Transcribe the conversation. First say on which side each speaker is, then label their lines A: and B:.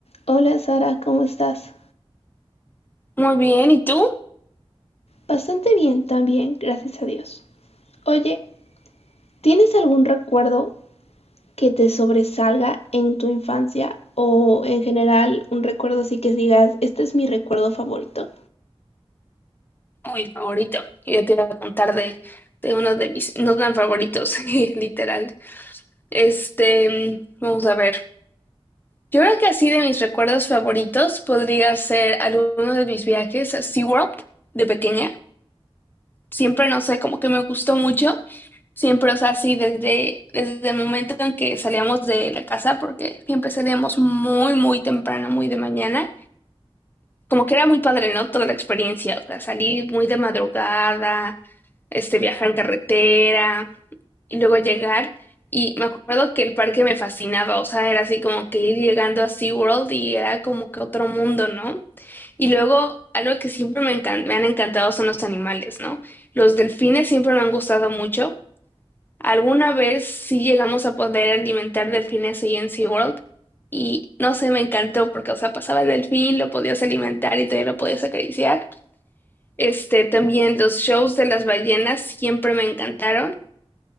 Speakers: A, on the left; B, on the left.
A: Hola Sara, ¿cómo estás?
B: Muy bien, ¿y tú?
A: Bastante bien también, gracias a Dios. Oye, ¿tienes algún recuerdo que te sobresalga en tu infancia o en general un recuerdo así que digas, este es mi recuerdo favorito?
B: Uy, favorito. Yo te iba a contar de, de uno de mis no tan favoritos, <laughs> literal. Este, vamos a ver. Yo creo que así de mis recuerdos favoritos podría ser alguno de mis viajes a SeaWorld de pequeña. Siempre, no sé, como que me gustó mucho. Siempre, o sea, así desde, desde el momento en que salíamos de la casa, porque siempre salíamos muy, muy temprano, muy de mañana. como que era muy padre, ¿no? Toda la experiencia, o sea, salir muy de madrugada, este, viajar en carretera y luego llegar. Y me acuerdo que el parque me fascinaba, o sea, era así como que ir llegando a SeaWorld y era como que otro mundo, ¿no? Y luego, algo que siempre me encan- me han encantado son los animales, ¿no? Los delfines siempre me han gustado mucho. Alguna vez sí llegamos a poder alimentar delfines ahí en SeaWorld y no sé, me encantó porque, o sea, pasaba el delfín, lo podías alimentar y todavía lo podías acariciar. Este, también los shows de las ballenas siempre me encantaron.